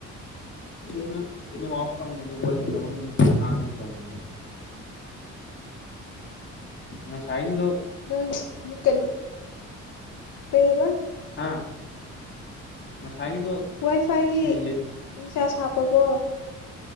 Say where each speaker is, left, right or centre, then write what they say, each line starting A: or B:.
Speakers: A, on the left; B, on the left.
A: ꯁꯤꯗꯅ ꯅꯦꯠꯋꯥꯛ ꯐꯪꯉꯦ ꯑꯗꯨ ꯋꯥꯔꯤ ꯁꯥꯅꯕꯥꯝ ꯈꯔꯥ ꯍꯥꯡꯉꯦ ꯇꯧꯕꯅꯤ꯫ ꯉꯁꯥꯏꯒꯤꯗꯣ
B: ꯅꯪ ꯀꯩꯅꯣ ꯀꯩꯑꯕ?
A: ꯍꯥ ꯉꯁꯥꯏꯒꯤꯗꯣ
B: ꯋꯥꯏꯐꯥꯏꯒꯤ
A: ꯔꯤꯖꯦꯛ
B: ꯔꯤꯆꯥꯔꯖ ꯍꯥꯞꯄꯕꯣ?